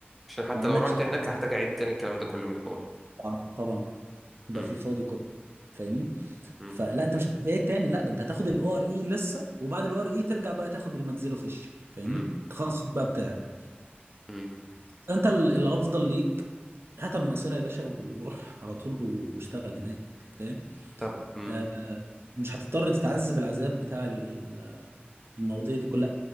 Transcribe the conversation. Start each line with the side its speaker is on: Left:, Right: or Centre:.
Centre: عشان حتى
Right: بما انك
Centre: لو رحت
Right: شخص
Centre: هناك هحتاج اعيد تاني الكلام ده كله من الاول
Right: طبعا طبعا يبقى
Centre: امم
Right: في الفاضي كله فاهمني؟
Centre: امم
Right: فلا انت مش هتعيد تاني لا ده انت هتاخد الاو ار اي لسه وبعد الاو ار اي ترجع بقى تاخد الماكسيلوفيشل فاهمني
Centre: امم
Right: التخصص بقى بتاعك
Centre: امم
Right: فانت ال- الافضل ليك هاتها من قصيرة يا باشا وروح على طول و- واشتغل هناك فاهم
Centre: طب امم
Right: آه، مش هتضطر تتعذب العذاب بتاع ال- المواضيع دي كلها